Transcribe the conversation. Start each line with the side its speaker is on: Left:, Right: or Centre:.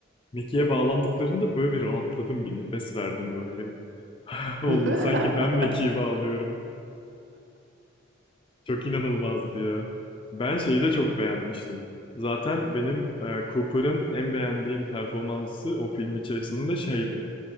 Left: Mickey'e bağlandıklarında böyle bir rahatladım. Bir nefes verdim böyle. <laughs> Oğlum
Right: Değil mi?
Left: sanki ben
Right: <laughs>
Left: Mekiği bağlıyorum. Çok inanılmazdı ya. Ben şeyi de çok beğenmiştim. Zaten benim e, Cooper'ın en beğendiğim performansı o film içerisinde şeydi.